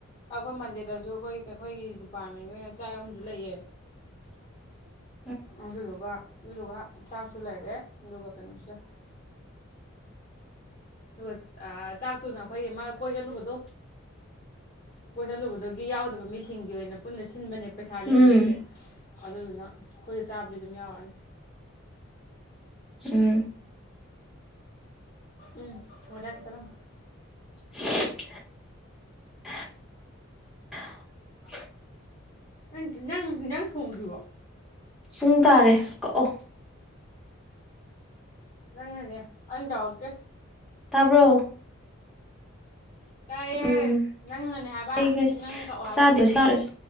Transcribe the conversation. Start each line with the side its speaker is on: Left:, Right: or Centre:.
Left: ꯑꯩꯈꯣꯏ ꯃꯟꯗꯦꯗꯁꯨ ꯑꯩꯈꯣꯏ ꯑꯩꯈꯣꯏꯒꯤ ꯗꯤꯄꯥꯔꯠꯃꯦꯟꯒꯤ ꯑꯣꯏꯅ ꯆꯥꯛ ꯑꯃꯁꯨ ꯂꯩꯌꯦ
Centre: <inaudible>
Left: ꯑꯗꯨꯗꯨꯒ ꯑꯗꯨꯗꯨꯒ ꯆꯥꯛꯁꯨ ꯂꯩꯔꯦ ꯑꯗꯨꯒ ꯀꯩꯅꯣꯁꯨ ꯂꯩ ꯑꯗꯨꯒ ꯑꯥ ꯆꯥꯛꯇꯨꯅ ꯑꯩꯈꯣꯏꯒꯤ ꯑꯃ ꯀꯣꯏ ꯆꯜꯂꯨꯕꯗꯣ ꯀꯣꯏ ꯆꯠꯂꯨꯕꯗꯨꯒꯤ ꯌꯥꯎꯗꯕ ꯃꯤꯁꯤꯡꯒꯤ ꯑꯣꯏꯅ ꯄꯨꯟꯅ ꯁꯤꯟꯕꯅꯦꯕ ꯄꯩꯁꯥ ꯂꯦꯝꯕꯗꯨꯒꯤ
Centre: ꯎꯝ
Left: ꯑꯗꯨꯗꯨꯅ ꯑꯩꯈꯣꯏꯗꯤ ꯆꯥꯕꯨꯗꯤ ꯑꯗꯨꯝ ꯌꯥꯎꯔꯅꯤ
Centre: ꯎꯝ
Left: ꯎꯝ ꯑꯣꯖꯥꯇ <unintelligible> ꯁꯔꯝ
Centre: <inaudible>
Left: ꯅꯪ ꯅꯪ ꯌꯦꯟꯁꯤꯡ ꯊꯣꯡꯗꯔꯤꯕꯣ
Centre: ꯄꯨꯡ ꯇꯥꯔꯦ ꯀꯛꯑꯣ
Left: ꯅꯪ ꯅꯅꯦ ꯑꯩꯅ ꯇꯥꯎꯔꯛꯇꯦ
Centre: ꯇꯥꯕ꯭ꯔꯣ
Left: ꯇꯥꯏꯌꯦ
Centre: ꯎꯝ
Left: ꯅꯪꯅꯅꯦ ꯍꯥꯏꯕ
Centre: ꯑꯩ
Left: ꯅꯪ ꯀꯛꯑꯣ ꯍꯥꯏꯕ
Centre: ꯆꯥꯗꯦ ꯁꯥꯔ <unintelligible>